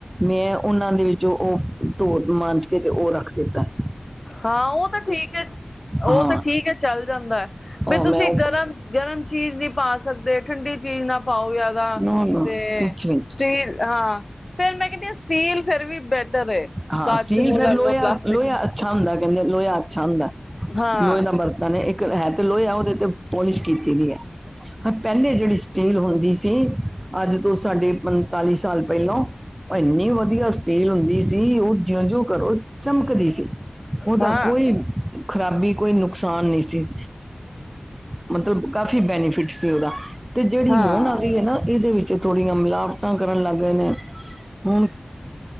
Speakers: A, on the right; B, on the left.
A: ਮੈਂ ਓਨਾਂ ਦੇ ਵਿਚ ਓ ਧੋ ਮਾਂਜ ਕੇ ਤੇ ਓ ਰੱਖ ਦਿੱਤਾ ਐ।
B: ਹਾਂ ਓ ਤਾਂ ਠੀਕ ਐ। ਓ
A: ਹਾਂ
B: ਤਾਂ ਠੀਕ ਐ ਚੱਲ ਜਾਂਦਾ ਐ ਬੀ
A: ਉਹ
B: ਤੁਸੀ
A: ਮੈਂ ਉਹ
B: ਗਰਮ ਗਰਮ ਚੀਜ਼ ਨੀ ਪਾ ਸਕਦੇ। ਠੰਡੀ ਚੀਜ਼ ਨਾ ਪਾਓ ਜਾਦਾ
A: ਨਾ ਨਾ
B: ਤੇ
A: ਕੁਛ ਵੀ
B: ਸਟੀਲ ਹਾਂ ਫੇਰ ਮੈਂ ਕੇਨੀ ਆਂ ਸਟੀਲ ਫੇਰ ਵੀ ਬੈ ਟਰ ਏ।
A: ਹਾਂ
B: ਕਚ
A: ਸਟੀਲ
B: ਨੂੰ
A: ਫਿਰ
B: ਲੈ
A: ਲੋਹਾ
B: ਲੋ ਪਲਾਸਟਿਕ
A: ਲੋਹਾ
B: ਨੂੰ
A: ਅੱਛਾ ਹੁੰਦੈ। ਕੇਂਦੇ ਲੋਯਾ ਅੱਛਾ ਹੁੰਦਾ ਐ
B: ਹਾਂ
A: ਲੋਏ ਦਾ ਬਰਤ ਨ ਏ ਏਕ। ਹੈ ਤੇ ਲੋਏਆ ਓਦੇ ਤੇ ਪੋਲਿਸ਼ ਕੀਤੀ ਦੀ ਐ। ਹਾਂ ਪੈਲੇ ਜੇੜੀ ਸੀ ਸਟੀਲ ਹੁੰਦੀ ਸੀ ਅੱਜ ਤੋਂ ਸਾਡੇ ਪੰ ਤਾਲੀ ਸਾਲ ਪੇਲੋਂ, ਓ ਏਨੀ ਵਧੀਆ ਸਟੀੇਲ ਹੁੰਦੀ ਸੀ। ਓ ਜਿਉਂ ਜਿਉਂ ਕਰੋ ਚਮਕਦੀ ਸੀ ਓਦਾ
B: ਹਾਂ
A: ਕੋਈ ਖ਼ਰਾਬੀ ਕੋਈ ਨੁਕਸਾਨ ਨੀ ਸੀ। ਮਤਲਬ ਕਾਫੀ ਬੈਨੀਫਿਟ ਸੀ ਓਦਾ। ਤੇ ਜੋੜੀ
B: ਹਾਂ
A: ਹੋਨ ਆਗੀ ਏ ਨਾ ਏਦੇ ਵਿੱਚ ਥੋੜੀਆਂ ਮਿਲਾਵਟਾਂ ਕਰਨ ਲੱਗ ਗਏ ਨੇ। ਹੁਣ